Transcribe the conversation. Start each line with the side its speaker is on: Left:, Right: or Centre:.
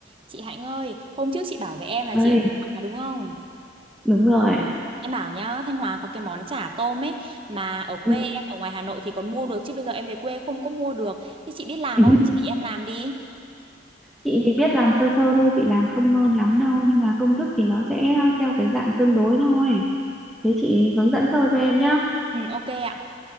Right: Chị Hạnh ơi, hôm trước chị bảo với em là
Centre: Ơi,
Right: chị ở Thanh Hóa đúng không?
Centre: đúng rồi.
Right: Em bảo nhá, Thanh Hóa có cái món chả tôm ấy mà ở quê
Centre: Ừ.
Right: em, ở ngoài Hà Nội thì còn mua được chứ bây giờ em về quê không có mua được. Thì chị biết làm
Centre: Ừ.
Right: không?
Centre: <laughs>
Right: Chị em làm đi.
Centre: Chị biết làm sơ sơ thôi, chị làm không ngon lắm đâu, nhưng mà công thức thì nó sẽ theo cái dạng tương đối thôi. Thế chị hướng dẫn sơ cho em nhá.
Right: Ừ, ok ạ.